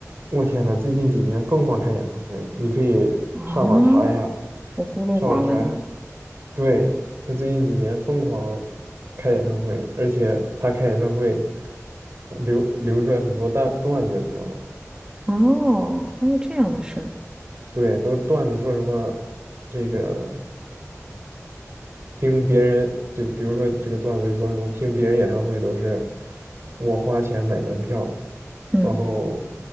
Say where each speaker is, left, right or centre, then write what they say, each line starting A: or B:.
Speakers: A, on the right; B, on the right.
A: 我天呐，最近几年疯狂开演唱会，你可以上网查一下，
B: 啊，我孤陋寡闻了。
A: 上网查，对，他最近几年疯狂开演唱会，而且他开演唱会流流出来很多段段子，你知道吗？
B: 哦，还有这样的事儿。
A: 对，都段子说什么这个听别人，就比如说这个段子就说什么听别人演唱会都是我花钱买门票，
B: 嗯
A: 然后